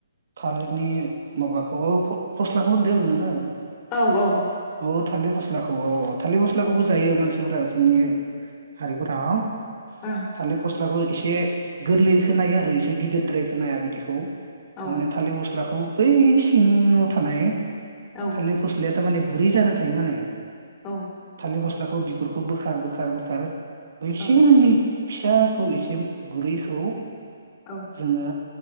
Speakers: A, on the right; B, on the left.
A: थालिरनि माबाखौ फस्लाखौ होनदों नोङो
B: औ औ
A: औ थालिर फस्लाखौ औ थालिर फस्लाखौबो जायो मानसिफोरा जोंनि हारिफोराव
B: ओं
A: थालिर पस्ला बाथ्राखौ एसे गोरलै खोनाया आरो एसे गिदिरद्राय खोनाया बिदिखौ
B: औ
A: थारमाने थालिर फस्लाखौ बै सिङाव थानाय
B: औ
A: थालिर फस्लाया थारमाने गुरै जानो थायो माने
B: औ ओं
A: थलिर फस्ला <unintelligible> खौ बिगुरखौ बोखार बोखार बोखार बैसिंनि
B: औ
A: फिसाखौ एसे गुरैखौ
B: औ
A: जोङो